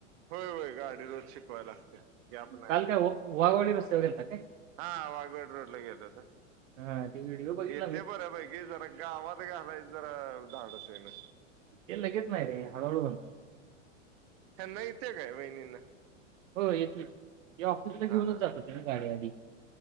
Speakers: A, on the right; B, on the right.
A: होय होय गाडी रोज शिकवायला लागत्या गॅप नाही
B: काल
A: आता.
B: काय व वाघवाडी रस्त्यावर गेलता काय?
A: हा वाघवेड रोड ला गेलं होता.
B: हां, ते व्हिडिओ बघितला
A: येथे
B: मी.
A: बऱ्या पैकी जरा गावात घालायच जरा धाडस होई ना.
B: ते लगेच नाही रे हळूहळू होणारं.
A: त्यांना येते का वहिणीना
B: हो येते ती ऑफिसला घेऊनच
A: हा
B: जातो होतें ना गाडी आधी